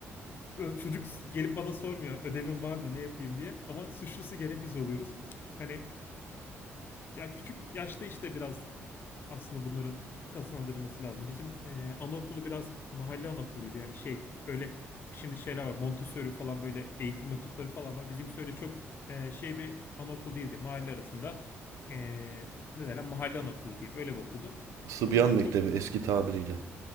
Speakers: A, on the left (about 45°); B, on the right (about 85°).
A: çocuk gelip bana sormuyor ödevin var mı ne yapayım diye. Ama suçlusu gene biz oluyoruz. Yani ya küçük yaşta işte biraz aslında bunların kazandırılması lazım. Bizim e, anaokulu biraz mahalle anaokuluydu. Yani şey öyle şimdi şeyler var. Montessori falan böyle eğitim metotları falan var. Bizimki öyle çok e, şey bir anaokul değildi. Mahalle arasında e, ne derler mahalle anaokulu diyeyim. Öyle bir okuldu.
B: Sıbyan
A: Yani o yüzden
B: Mektebi
A: çok
B: eski tabiriyle.